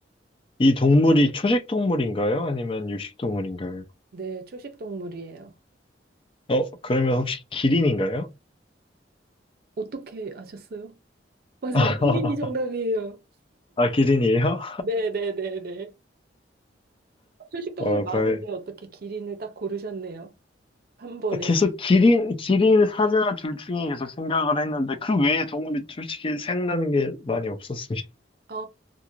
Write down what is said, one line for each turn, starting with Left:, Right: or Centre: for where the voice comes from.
Left: 이 동물이 초식 동물인가요? 아니면 육식 동물인가요?
Right: 네 초식 동물이에요.
Left: 어, 그러면 혹시 기린인가요?
Right: 어떻게 아셨어요? 맞아요.
Left: <laughs>
Right: 키링이 정답이에요.
Left: 아, 기린이에요?
Right: 네 네, 네, 네. 초식동물
Left: 어,
Right: 많은데
Left: 다행.
Right: 어떻게 기린을 딱 고르셨네요. 한 번에.
Left: 계속 기린, 기린 사자 둘 중에 계속 생각을 했는데, 그 외에 동물이 솔직히 생각나는 게 많이 없었습니다.
Right: 아,